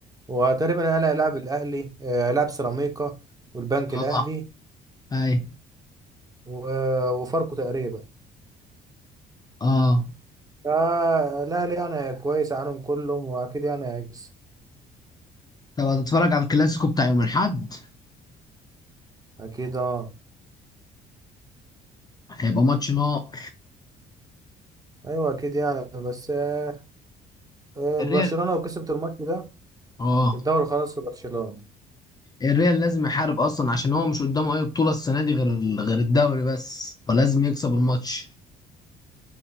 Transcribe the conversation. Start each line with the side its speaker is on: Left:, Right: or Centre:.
Right: وتقريبا الاهلي هيلاعب الاهلي آه، هيلاعب سيراميكا والبنك
Left: اه
Right: الاهلي
Left: ايوه
Right: و- وفاركو تقريبا
Left: اه
Right: آه لا لا يعني كويس عنهم كلهم واكيد يعني هيكسب
Left: طب هتتفرج على الكلاسيكو بتاع يوم الاحد
Right: اكيد اه
Left: هيبقى ماتش نار
Right: ايوه اكيد يعني بس آه آه،
Left: الريال
Right: برشلونة لو كسبت الماتش ده
Left: اه
Right: الدوري خلاص في برشلونة
Left: الريال لازم يحارب اصلا عشان هو مش قدامه اي بطولة السنة دي غير غير الدوري بس فلازم يكسب الماتش